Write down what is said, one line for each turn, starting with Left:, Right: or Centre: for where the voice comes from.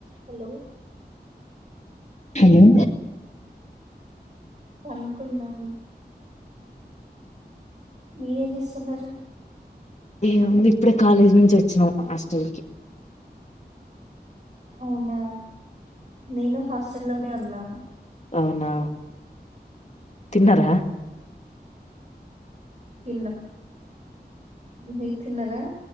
Right: Hello
Left: hello
Right: పండ్కున్నాం మీరేం జేస్తున్నరు
Left: ఏముంది ఇప్పుడే కాలేజ్ నుంచి వొచ్చిన హాస్టల్ కీ
Right: అవునా నేను హాస్టల్లోనే ఉన్నా
Left: అవునా తిన్నరా
Right: తిన్న మీర్ తిన్నరా